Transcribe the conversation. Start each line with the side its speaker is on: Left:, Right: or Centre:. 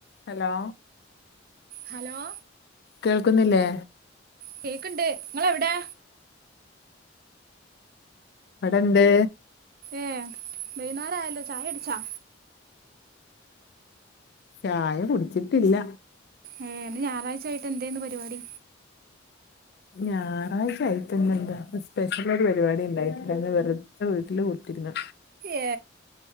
Left: Hello
Right: hello
Left: കേൾക്കുന്നില്ലേ
Right: കേക്ക്ണ്ട് ഇങ്ങളെവിടേ
Left: വ്ടെണ്ട്
Right: ഏ വൈന്നാരായല്ലോ ചായട്ച്ചാ
Left: ചായ കുടിച്ചിട്ടില്ല
Right: ഏ ഇന്ന് ഞായറാഴ്ചായിട്ട് എന്തേന്ന് പരിപാടി
Left: ഞായറാഴ്ച ആയിട്ടന്നന്താ ഇന്ന് സ്പെഷ്യൽ ഒരു പരിപാടി ഇണ്ടായി ഞാന് വെറ്തെ വീട്ടില് കുത്തിര്ന്ന
Right: ഏ